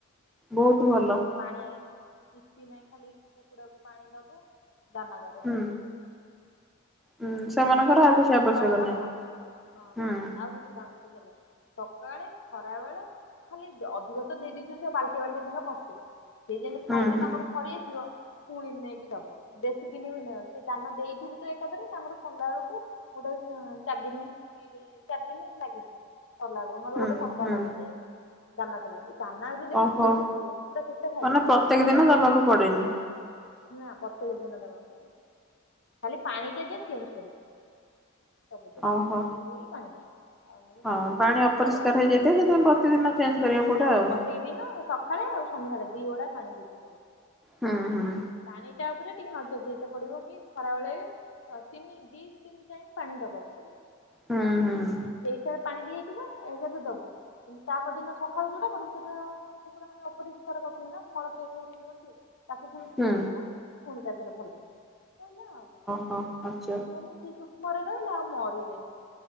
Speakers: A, in the centre; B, on the left (about 65°).
A: ବହୁତୁ ଭଲ।
B: ପାଣି, କିଛି ନାହିଁ ଖାଲି କୁକୁଡ଼ା କୁ ପାଣି ଦବୁ ଦାନା ଦବୁ।
A: ହୁଁ
B: ସରି
A: ହୁଁ ସେମାନଙ୍କର ଆଉ କିଛି ଆବଶ୍ୟକ
B: ସକାଳେ ଦବ
A: ନାହିଁ
B: ହଁ ସକାଳେ
A: ହୁଁ।
B: ଆଉ କିଛି ତାଙ୍କୁ ବି ଦେଲେ। ସକାଳେ ଖରା ବେଳେ ଖାଲି ଅଧିକ ତ ଦେଇ ଦେଇଛନ୍ତି ସେ ବାଲଟିଏ ବାଲଟିଏ ନେଖା ପଶିଲେ। ସିଏ ଯେମି
A: ହୁଁ
B: ଖାଇବେ
A: ହୁଁ
B: ତମର ସରିଆସିବ ପୁଣି ନେଇକି ଦବ ବଶୀ ଦିନ ବି ନୁହଁ ସେ ଦାନା ଦେଇଥିବୁ ତ ଏକାଥରେ ତାଙ୍କର କଲା ବେଳକୁ ଗୋଟେ ଚାରି ଦିନ ଦି ଦି ଚାରି ଦିନ ଲାଗିଯିବ କଲା ନହେଲେ
A: ହୁଁ
B: ଗୋଟେ ସପ୍ତାହ
A: ହୁଁ
B: ଲାଗିଯାଏ ଏମିତି। ଦାନା ଖେୁ ଦାନନାବେ ଦେଖିଛ
A: ଓହୋ
B: ତ ଛୁଟଛଟ ପୁରା ସେଛଟା ଖାଇବେ
A: ମାନେ
B: ଖାଇ
A: ପ୍ରତ୍ୟେକ
B: ଖାଇକା
A: ଦିନ
B: <unintelligible>
A: ଦବାକୁ ପଡେନି
B: ନା ପ୍ରତ୍ୟେକ ଦିନ ଦେବାକୁ ପଡେ ଖାଲି ପାଣି ଟା ଯେ ଚେ ସବୁଦିନ
A: ଓହୋ
B: ପାଣି ସରିଗଲେ ପାଣି ଦବୁ। ଆଉ ନହେଲେ
A: ହଁ
B: କିଛି ନାହିଁ ଦି ଟାଇମ୍
A: ଅପରିଷ୍କାର
B: ପାଣି ଦେଇତେ
A: ହେଇଯାଇଥାଏ
B: ପଡିବ
A: ସେଥିପାଇଁ ପ୍ରତିଦିନ ଚେଞ୍ଜ କରିବାକୁ ପଡେ
B: ହଁ
A: ଆଉ
B: ପ୍ରତେକ ଦିନ ସକାଳେ ଆଉ ସନ୍ଧ୍ୟାଳେ ଦି ଓଳା ପାଣି ଦେଇତେ ପଡ଼ିବ।
A: ହୁଁ ହୁଁ।
B: ପାଣି ଟା ଉପରେ ଟିକେ ନଜର ଦେଇ ତେ ପଡିବ କି ଖରା ବେଳେ ତିନି ଦି ତିନି ଟାଇମ୍ ପାଣି ଦବାକୁ ପଡିବ।
A: ହୁଁ ହୁଁ।
B: ସେଇଥେରେ ପାଣି ଦିଆହେଇଥିବ ଏଥିରେ ତୁ ଦବୁ ତା ପରଦିନ ସକାଳୁ ଯୋଉଟା କରୁ ସେଟା କୁକୁଡ଼ା ମାନେ ଅପରିଷ୍କାର କରିଥିବେ ନା ମଳତ୍ୟାଗ ହେରିକା କରିଥିବେ। ତାକୁ ପୁଣି ଟିକେ
A: ହୁଁ
B: ଧୋଇଦବୁ ପୁଣି ତା ଦେହରେ ଭଲ ପାଣି ଦବୁ ସରିଲା ଆଉ କ'ଣ?
A: ହଁ ଅ
B: ସେମିତି ହେଲେ ସିଏ ସୁକ୍ଷ୍ମରେ ରହିଲେ ଆଉ ମରିବେନି।